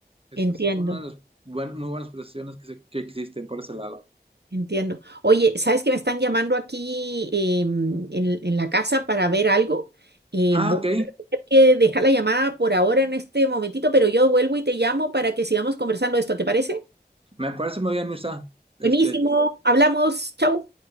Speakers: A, on the right (about 35°); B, on the right (about 80°).
A: Es,
B: entiendo,
A: es una de las buen- muy buenas profesiones que, se- que existen por ese lado.
B: entiendo. Oye, ¿sabes que me están llamando aquí em, en, en la casa para ver algo? Eh,
A: Ah,
B: voy
A: ok.
B: a tener que dejar la llamada por ahora en este momentito, pero yo vuelvo y te llamo para que sigamos conversando de esto, ¿te parece?
A: Me parece muy bien, Mirza. Este,
B: Buenísimo, hablamos, chau.